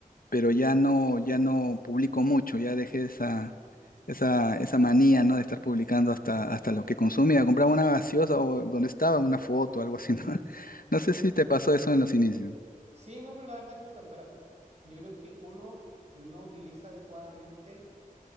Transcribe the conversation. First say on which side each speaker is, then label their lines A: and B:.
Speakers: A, on the left (about 75°); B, on the right (about 50°).
A: pero ya no, ya no publico mucho, ya dejé esa, esa, esa manía, ¿no? De estar publicando hasta, hasta lo que consumía. Compraba una gaseosa o donde estaba una foto, algo así, ¿no? <laughs> No sé si te pasó eso en los inicios.
B: Sí, no, pero la verdad es que no tanto. Ahora, yo creo que uno no utiliza adecuadamente